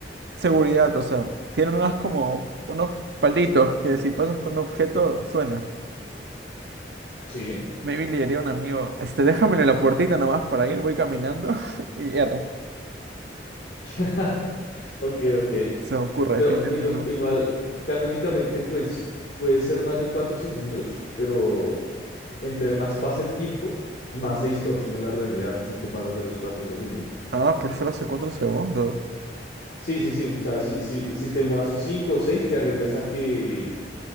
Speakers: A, on the right; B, on the left.
A: seguridad, o sea, tienen unas como unos palitos que si pasas con un objeto suena.
B: Sí.
A: Maybe le diría a un amigo, este, déjamelo la puertita nomás para ir, voy caminando <laughs> y R.
B: <laughs> Ok, ok.
A: Se me ocurre,
B: Pero
A: definitivamente
B: igua-
A: no.
B: igual, canónicamente, pues puede ser más de cuatro segundos, pero entre más pasa el tiempo, más se distorsiona la realidad si te pasas de los cuatro segundos.
A: Ah, por ser hace cuatro segundos.
B: Sí, sí, sí. O sea, si, si, si te demoras cinco o seis, te arriesgas a que